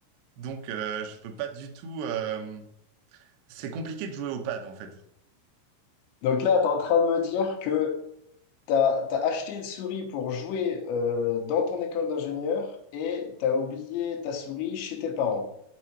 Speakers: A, on the right; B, on the left.
A: Donc, euh, je peux pas du tout. euh, C'est compliqué de jouer au pad, en fait.
B: Donc là, tu es en train de me dire que tu as, acheté une souris pour jouer euh, dans ton école d'ingénieur et tu as oublié ta souris chez tes parents.